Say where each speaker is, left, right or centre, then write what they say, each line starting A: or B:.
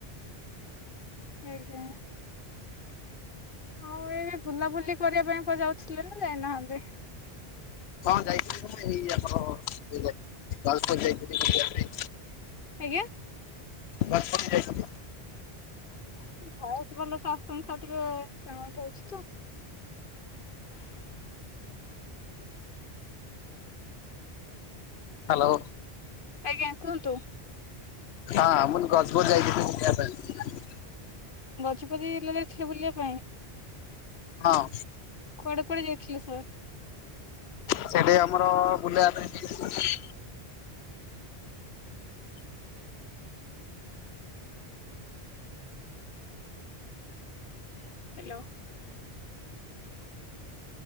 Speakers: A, on the left; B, on the left.
A: ଏଇଟା ଆଉ ଏବେ ବୁଲାବୁଲି କରିବା ପାଇଁ ପ ଯାଉଥିଲେ ନା ଯାଇନାହାନ୍ତି?
B: ହଁ ଯାଇଥିଲି ମୁ ଏଇ ଆପଣ <unintelligible> ଯାଉଥିଲି।
A: ଆଜ୍ଞା।
B: ୱାସରୁମ ଯାଇଥିଲି।
A: ଆପଣକୁ ବୟସ୍ ଭଲ ସେ ଆସୁନି ତ ଆଉ ଟିକିଏ ସାଉଣ୍ଡ ହଉଛିତ
B: ହାଲୋ।
A: ଆଜ୍ଞା କୁହନ୍ତୁ।
B: ହଁ ମୁଁ ଗଜବୁର ଯାଇଥିଲି କିଣିବା ପାଇଁ
A: ଗଜପତି ଏଲା ଜାଇଥିଲେ ବୁଲିବା ପାଇଁ
B: ହଁ।
A: ଆଉ କୁଆଡେ କୁଆଡ଼େ ଯାଇଥିଲେ ସ
B: ସେଠି ଆମର ବୁଲିବି ପାଇଁ କିଛି
A: ହ୍ୟାଲୋ।